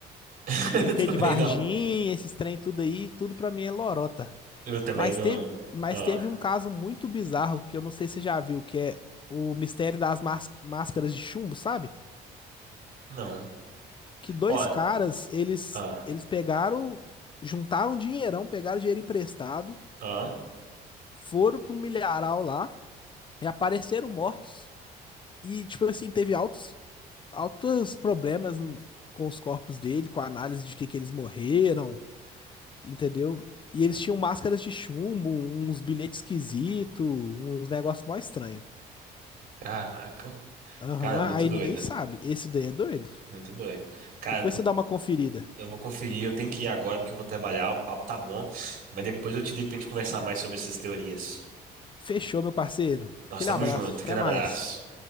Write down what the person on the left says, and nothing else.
ET
de Varginha,
esses trem tudo aí, tudo para mim é lorota.
Mas
teve, mas
teve um caso muito bizarro que eu não sei se você já viu, que é o mistério das más- máscaras de chumbo, sabe?
Que dois
caras, eles
eles pegaram, juntaram um dinheirão, pegaram dinheiro emprestado,
foram para um milharal lá e apareceram mortos. E tipo assim, teve altos altos problemas n- com os corpos dele, com a análise de que, que eles morreram, entendeu? E eles tinham máscaras de chumbo, uns bilhetes esquisitos, uns negócios mó estranhos.
Aham,
aí
ninguém sabe. Esse daí é doido.
Depois
você dá uma conferida.
Fechou, meu parceiro. Aquele
abraço,
até mais.